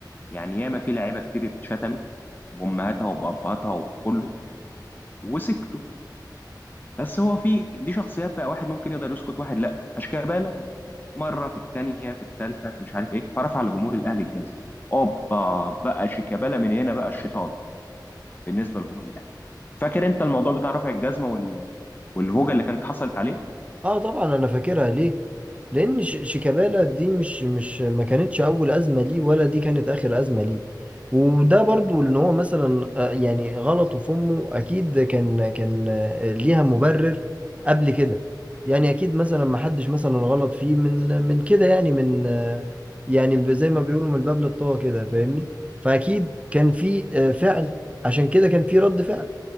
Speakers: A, on the left; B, on the right.
A: يعني ياما في لعيبه كتير اتشتمت بامهاتها وبابهاتها وكله وسكتوا بس هو في دي شخصيات بقى واحد ممكن يقدر يسكت واحد لا فشكابالا مره في الثانيه في الثالثه في مش عارف ايه فرفع لجمهور الاهلي الجزم اوبا بقى شيكابالا من هنا بقى الشيطان بالنسبه لجمهور الاهلي فاكر انت الموضوع بتاع رفع الجزمه وال... والهوجه اللي كانت حصلت عليه
B: اه طبعا انا فاكرها ليه لان ش- شيكابالا دي مش مش ما كانتش اول ازمه ليه ولا دي كانت اخر ازمه ليه وده برضو ان هو مثلا آه، يعني غلطه في امه اكيد كان كان آه، ليها مبرر قبل كده يعني اكيد مثلا ما حدش مثلا غلط فيه من من كده يعني من آه، يعني ب- زي ما بيقولوا من الباب للطاقه كده فاهمني فاكيد كان في آه، فعل عشان كده كان في رد فعل